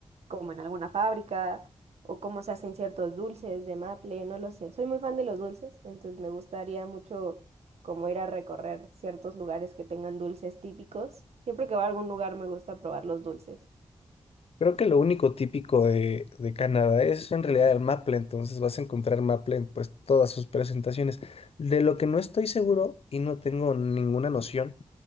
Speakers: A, on the right; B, on the left.
A: como en alguna fábrica o cómo se hacen ciertos dulces de maple, no lo sé. Soy muy fan de los dulces, entonces me gustaría mucho como ir a recorrer ciertos lugares que tengan dulces típicos. Siempre que voy a algún lugar me gusta probar los dulces.
B: Creo que lo único típico de, de Canadá es en realidad el maple, entonces vas a encontrar maple en pues todas sus presentaciones. De lo que no estoy seguro y no tengo ninguna noción.